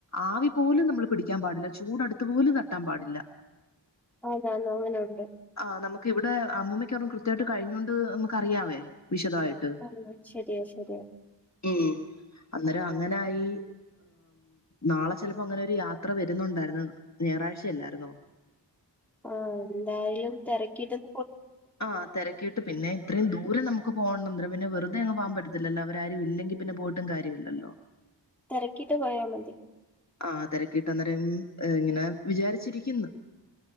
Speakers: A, on the left (about 40°); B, in the centre.
A: ആവി പോലും നമ്മള് പിടിക്കാൻ പാടില്ല ചൂടടുത്ത്പലും തട്ടാൻ പാടില്ല
B: അതാ അങ്ങനെ ഉണ്ട്
A: ആ് നമുക്ക് ഇവിടെ അമ്മൂമ്മയ്ക്ക് ഒന്നും കൃത്യായിട്ട് കഴിഞ്ഞോണ്ട് നമുക്ക് അറിയാവേ വിശദായിട്ട്
B: ആഹ് ശരിയാ ശരിയാ.
A: ഉ അന്ന അങ്ങനൊയി നാളെ ചെലപ്പോ അങ്ങനെ ഒരു യാത്ര വരുന്നുണ്ടായിരുന്നു ഞായറാഴ്ച അല്ലായിരുന്നോ
B: ആ <unintelligible> എന്തായാലും തിരക്കിട്ടും
A: ആ തിരക്കിയിട്ട് പിന്നെ ഇത്രയും ദൂരം നമുക്ക് പോകണണ്ടും പിന്നെറുതെ പോവാൻ പറ്റത്തില്ലോ അവരും ഇല്ലെങ്കിൽ പിന്നെ പോയിട്ടും കാര്യമില്ലല്ലോ
B: തിരക്കിട്ട് പോയാ മതി
A: ആ തിരക്കിട്ട് അന്നേരം ഇങ്ങനെ വിചാരിച്ചിരിക്കുന്നു